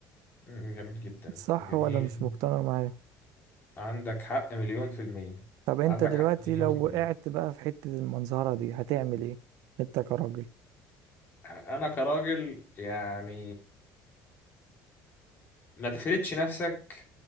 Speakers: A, on the left; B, on the right.
A: مم. جميل جدا
B: صح
A: جميل
B: ولا مش مقتنع معايا
A: عندك حق مليون في المية
B: طب انت
A: عندك
B: دلوقتي
A: حق مليون
B: لو
A: في المية
B: وقعت بقى في حته المنظره دي هتعمل ايه انت كراجل
A: أنا كراجل يعني ما تفردش نفسك